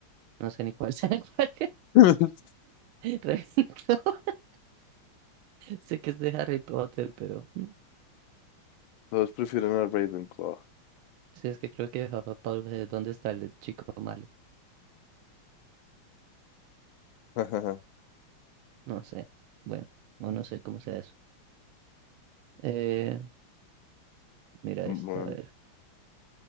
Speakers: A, on the right (about 80°); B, on the left (about 75°).
A: no sé ni cuál sea <laughs> cuál.
B: <laughs>
A: Ravenclaw, sé que es de Harry Potter, pero mm,
B: Todos prefieren a Ravenclaw.
A: sí, es que creo que Hufflepuff es donde está el chico malo,
B: <laughs>
A: no sé, bueno, o no sé cómo sea eso. Eh, mira
B: Bueno,
A: esta, a ver,